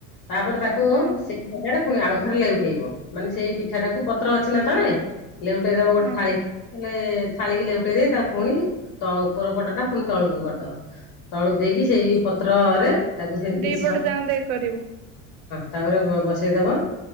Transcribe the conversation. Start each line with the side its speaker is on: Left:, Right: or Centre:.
Left: ତାପରେ ତାକୁ
Right: ହଁ
Left: ସେଇ ପ୍ରକାରେ ପୁଣି ଆଉ ଥରେ ଲେଉଟେଇବ ମାନେ ସେଇ ପିଠା ଟାକୁ ପତ୍ର ଅଛି ନା ତଳେ ହେଲେ ଗୋଟେ ଦବ
Right: ହଁ
Left: ଗୋଟେ ଥାଳି ହେଲେ ଥାଳୀ କି ଲେଉଟାଇ ଦେଇ ପୁଣି ତ ଉପର ପଟ ଟା ପୁଣି ତଳକୁ କରିଦବ ତଳକୁ ଦେଇକି ସେଇ ପତ୍ର ତାକୁ ସେମତି
Right: ଦିପଟ
Left: କି ହଁ
Right: ଯାକ ଦେଇ କରିବୁ
Left: ତାପରେ ବସେଇଦବ